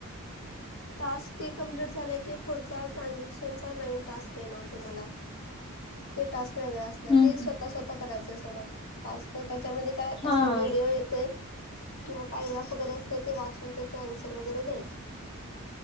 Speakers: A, on the left; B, on the left.
A: टास्क ते कम्प्लीट झालंय की पुढचा ट्रानझॅक्शनचा नवीन टास्क येणार तुम्हाला. ते टास्क वेगरे असणार
B: हम्म
A: ते
B: हम्म
A: स्वतः स्वतः करायच सोडा टास्क त्याच्यामध्ये काय
B: हा
A: असं व्हिडिओ येतय. किंवा पॅरग्राफ वगैरे असत ते वाचून त्याचे आन्सर वगैरे द्यायचे.